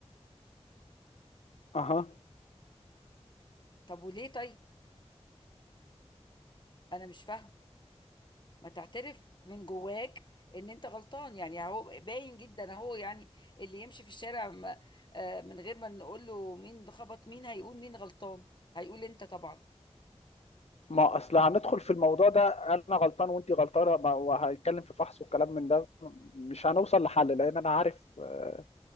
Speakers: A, on the left; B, on the left.
A: اها
B: طب وليه طيب انا مش فاهمه ما تعترف من جواك ان انت غلطان يعني اهو باين جدا اهو يعني اللي يمشي في الشارع ما- آه، من غير ما نقول له مين ده خبط مين هيقول مين غلطان هيقول انت طبعا
A: ما اصل هندخل في الموضوع ده انا غلطان وانت غلطانه ما- وهنتكلم في فحص والكلام من ده مش هنوصل لحل لان انا عارف آه،